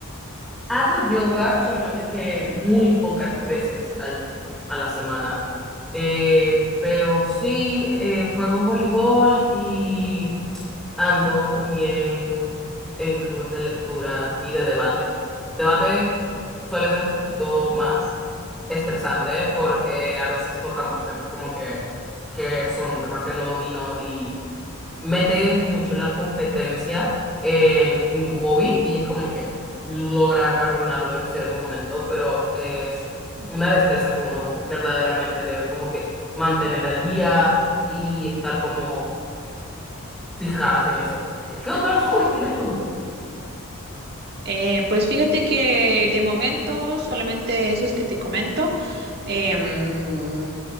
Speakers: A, in the centre; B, on the right.
A: Hago yoga solamente que muy pocas veces al- a la semana, Eh, pero sí eh, juego voleibol y ando también en clubes de lectura y de debate. Debate suele ser un poquito más estresante porque a veces tocamos temas como que, que son temas que no domino y metes mucho la competencia en un hobby y es como que logra arruinarlo en cierto momento, pero es
B: Mm.
A: una destreza que uno verdaderamente debe como que mantener al día y estar como fijadas en eso. ¿Qué otros hobbies tienes tú?
B: Eh, pues fíjate que de momento solamente esos que te comento. Em,